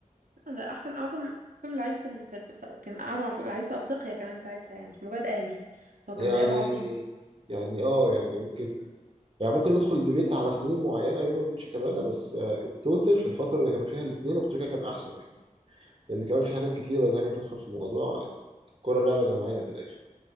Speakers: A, on the right; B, on the right.
A: ده أحسن أعظم أحسن لعيب في, ال... في... في... في... كان أعظم لعيب في أفريقيا كمان ساعتها يعني مش مجرد أهلي هو
B: يعني
A: كان بجد عظيم
B: يعني اه يعني يمكن يعني ممكن ندخل ديبيت على سنين معينة بينه وبين شيكابالا بس آه التوتال في الفترة اللي كانوا فيها الاتنين أبو تريكة كان أحسن أكيد لأن كمان في حاجات كتيرة تانية تدخل في الموضوع يعني الكرة لعبة جماعية في الآخر